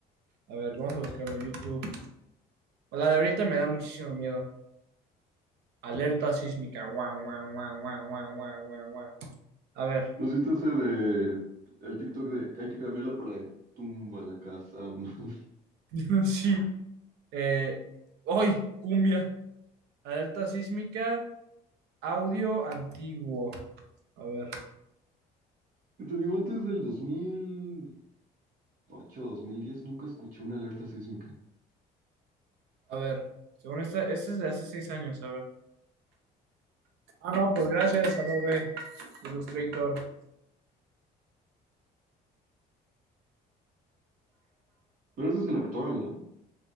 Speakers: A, on the right; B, on the right.
A: a ver, vamos a buscarlo en YouTube. La de ahorita me da muchísimo miedo. Alerta sísmica, guau, guau, guau, guau, guau, guau, guau, guau. A ver,
B: ¿Nos viste ese de el TikTok de que hay que cambiarla por la de tumba la casa? <laughs>
A: <laughs> sí, eh, hoy, cumbia. Alerta sísmica, audio antiguo. A ver,
B: Que te digo, antes del 2008, 2010 nunca escuché una alerta sísmica.
A: a ver, según esta, este es de hace seis años, a ver. Ah, no, pues gracias, Adobe. Illustrator.
B: Pero ese es el actual, ¿no?